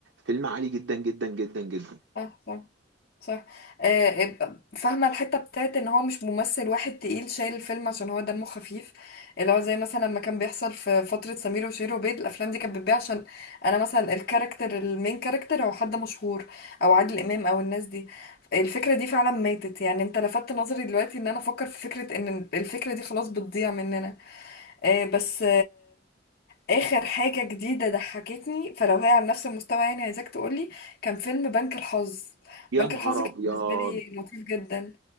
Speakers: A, on the right; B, on the left.
A: فيلم عالي جدا جدا جدا جدا
B: صح صح صح آه، ب- فاهمة الحتة بتاعت ان هو مش ممثل واحد تقيل شايل الفيلم عشان هو دمه خفيف اللي هو زي مثلا لما كان بيحصل في فترة سمير وشهير وبير الافلام دي كانت بتبيع عشان انا مثلا الكاركتر المين كاركتر هو حد مشهور او عادل امام او الناس دي الفكرة دي فعلا ماتت يعني انت لفتت نظري دلوقتي ان انا افكر في فكرة ان الفكرة دي خلاص بتضيع مننا آه، بس اخر حاجة جديدة ضحكتني فلو هي على نفس المستوى يعني عايزاك تقولي كان فيلم بنك الحظ
A: يا
B: بنك
A: نهار
B: الحظ كان
A: أبيض
B: بالنسبة لي لطيف جدا